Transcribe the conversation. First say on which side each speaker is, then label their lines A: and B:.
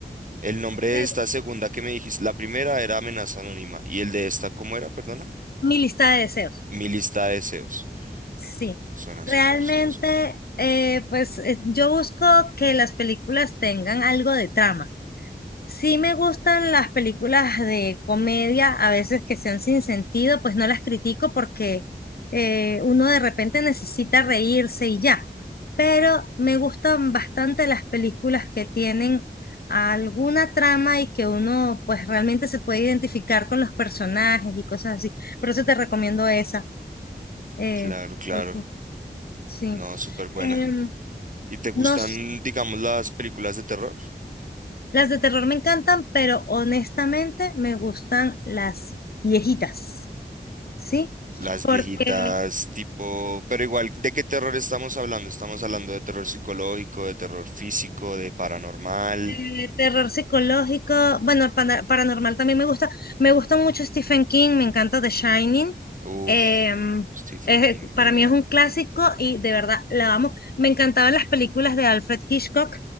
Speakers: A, on the right (about 45°); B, on the left (about 60°).
A: El nombre de
B: Eh,
A: esta segunda que me dijiste, la primera era Amenaza Anónima. ¿Y el de esta cómo era, perdona?
B: Mi lista de deseos,
A: Mi lista de deseos.
B: sí.
A: Suena
B: Realmente,
A: súper, suena súper.
B: eh, pues eh, yo busco que las películas tengan algo de trama. Sí me gustan las películas de comedia, a veces que sean sin sentido, pues no las critico porque eh, uno de repente necesita reírse y ya. Pero me gustan bastante las películas que tienen alguna trama y que uno pues realmente se puede identificar con los personajes y cosas así. Por eso te recomiendo esa. eh,
A: Claro, claro.
B: porque, sí.
A: No, súper buena.
B: Em,
A: ¿Y te gustan,
B: no
A: digamos, las películas de terror?
B: Las de terror me encantan, pero honestamente me gustan las viejitas, ¿sí?
A: Las
B: Porque
A: viejitas, tipo... Pero igual, ¿de qué terror estamos hablando? Estamos hablando de terror psicológico, de terror físico, de paranormal.
B: Eh, terror psicológico, bueno, pana- paranormal también me gusta. Me gusta mucho Stephen King, me encanta The Shining.
A: Uf,
B: em,
A: Stephen
B: es-
A: King, genial.
B: para mí es un clásico y de verdad la amo. Me encantaban las películas de Alfred Hitchcock,